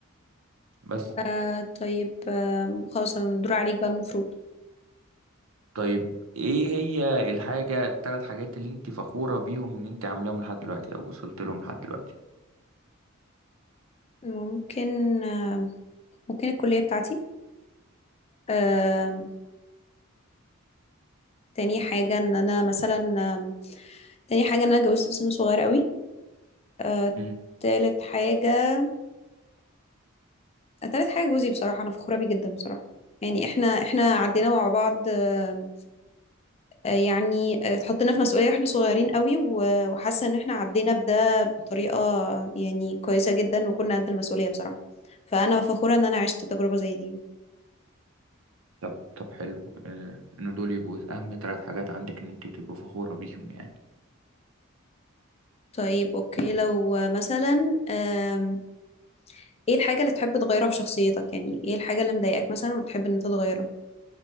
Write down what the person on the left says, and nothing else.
آه طيب آه خلاص انا الدور عليك بقى المفروض
ممكن آه ممكن الكلية بتاعتي آه تاني حاجة ان انا مثلا آه تاني حاجة ان انا اتجوزت في سن صغير قوي آه
تالت حاجة آه، تالت حاجة جوزي بصراحة انا فخورة بيه جدا بصراحة يعني احنا احنا عدينا مع بعض آه آه، يعني آه، اتحطينا في مسؤولية واحنا صغيرين قوي و- وحاسة ان احنا عدينا بده بطريقة يعني كويسة جدا وكنا قد المسؤولية بصراحة فانا فخورة ان انا عشت تجربة زي دي
طيب اوكي لو مثلا آم، ايه الحاجة اللي تحب تغيرها في شخصيتك يعني ايه الحاجة اللي مضايقاك مثلا وتحب ان انت تغيرها